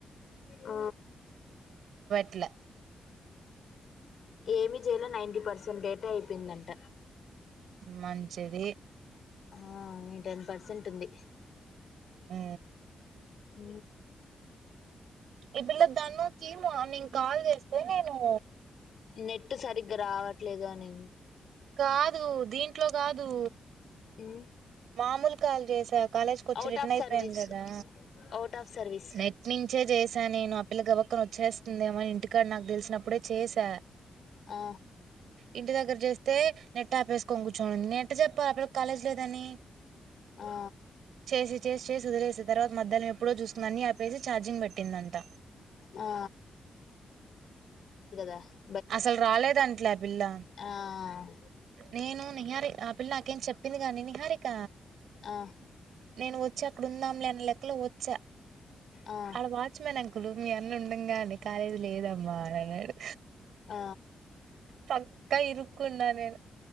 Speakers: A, on the left; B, on the right.
A: ఆ
B: పట్లా
A: ఏమి చేయలో నైంటీ పర్సెంట్ డేటా అయిపోయిందంట
B: మంచిది
A: ఆ టెన్ పర్సెంట్ ఉంది
B: హు
A: హ
B: ఈ పిల్ల దన్న కీమో నీను కాల్ చేస్తా తనేను
A: నెట్ సరిగ్గా రావట్లేదు అని
B: కాదు దీంట్లో కాదు
A: అవు
B: మాములు కాాల్ చేసక కాలేజ్కి వచ్చి
A: అవుట్
B: రిటర్న్
A: ఆఫ్
B: అయిపోయాను
A: సర్వీస్
B: కదా
A: అవుట్ ఆఫ్ సర్వీస్
B: నెట్ నుంచే చేశాను నేను ఆ పిల్లగవ అక్కన వచ్చేస్తుందేమని ఇంటికాడ నాకు తెలిసినప్పుడే చేసా
A: ఆ
B: ఇంటి దగ్గర చేస్తే నెట్ ఆపేసుకోొని కూర్చోని నెట్ చెప్పాలి కాలేజ్ లేదని
A: ఆ
B: చేసి చేసి చేసి కుదిరేసి తర్వాత మధ్యాహ్నం ఎప్పుడో చూసు పని ఆపేసి ఛార్జింగ్ పెట్టిందట
A: ఆ ఆ
B: అసలు రాలేదంలే ఆ పిల్ల
A: ఆ
B: నేను నిహారిక ఆ పిల్ల నా కేను చెప్పింది గాని నిహారిక
A: ఆ
B: నేను వచ్చా అక్కడ ఉందాం లేన్న లెక్కలో వచ్చా
A: ఆ
B: ఆళ్ళ వాచ్మెన్ కులు మీ అన్న ఉండంగానే కాలేజ్ లేదమ్మా అని అన్నాడు
A: ఆ
B: చక్క ఇరుక్కున్నా నేను